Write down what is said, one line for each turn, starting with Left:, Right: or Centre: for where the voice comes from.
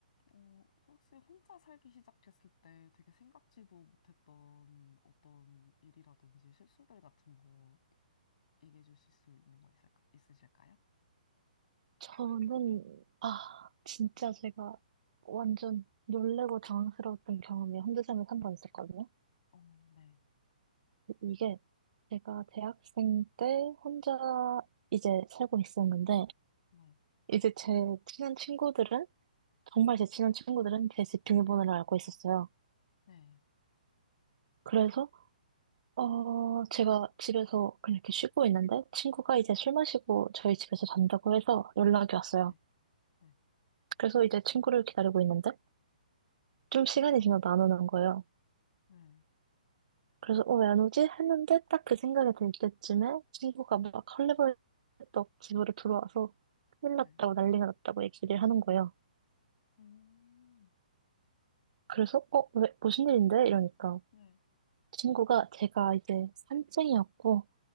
Left: 어, 혹시 혼자 살기 시작했을 때 되게 생각지도 못했던 어떤 일이라든지 실수들 같은 거 얘기해 주실 수 있는 거 있을까, 있으실까요?
Right: 저는, 아, 진짜 제가 완전 놀래고 당황스러웠던 경험이 혼자 살면서 한 번 있었거든요.
Left: 어, 네.
Right: 이- 이게 제가 대학생 때 혼자 이제 살고 있었는데,
Left: 네,
Right: 이제 제 친한 친구들은, 정말 제 친한 친구들은 제 집 비밀번호를
Left: 네,
Right: 알고 있었어요.
Left: 네,
Right: 그래서 어, 제가 집에서 그냥 이렇게 쉬고 있는데 친구가 이제 술 마시고 저희 집에서 잔다고 해서 연락이 왔어요.
Left: 네, 네,
Right: 그래서 이제 친구를 기다리고 있는데 좀 시간이 지나도 안 오는 거예요.
Left: 네, 네,
Right: 그래서 어, 왜 안 오지? 했는데 딱 그 생각이 들 때쯤에 친구가 막 헐레벌떡 집으로 들어와서 큰일
Left: 네.
Right: 났다고 난리가 났다고 얘기를 하는 거예요.
Left: 오,
Right: 그래서 어, 왜 무슨 일인데? 이러니까
Left: 네,
Right: 친구가 제가 이제 산증이었고